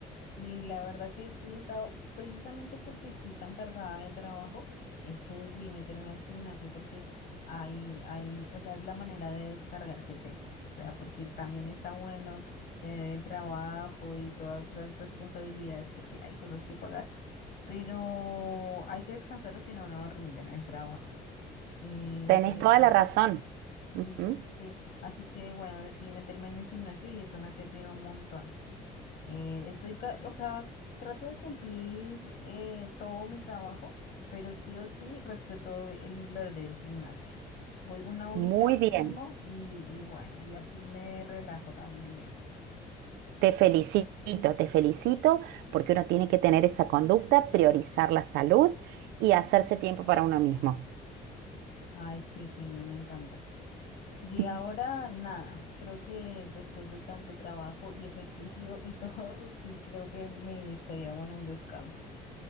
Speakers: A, on the left; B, on the right.
A: Sí, la verdad que sí he estado, precisamente porque estoy tan cargada de trabajo, es que decidí meterme al gimnasio porque ahí, ahí, o sea, es la manera de descargar que tengo. O sea, porque también está bueno tener el trabajo y todas las responsabilidades porque hay cosas que pagar, pero hay que descansar o si no, no rinden el trabajo. Y me
B: Tenés
A: parece,
B: toda la razón. Ujú.
A: sí, sí, sí. Así que bueno, decidí meterme en el gimnasio y eso me ha servido un montón. Eh, estoy, ca- o sea, trato de cumplir eh, todo mi trabajo, pero sí o sí respeto el, el horario del gimnasio. Voy una horita
B: Muy
A: mínimo
B: bien.
A: y, y bueno, y así me relajo también.
B: Te felicito, te felicito, porque uno tiene que tener esa conducta, priorizar la salud y hacerse tiempo para uno mismo.
A: Ay, sí, Jimé, me encanta. Y
B: <laughs>
A: ahora nada, creo que después de tanto trabajo y ejercicio y todo, <laughs> sí creo que me estaría bueno un descanso.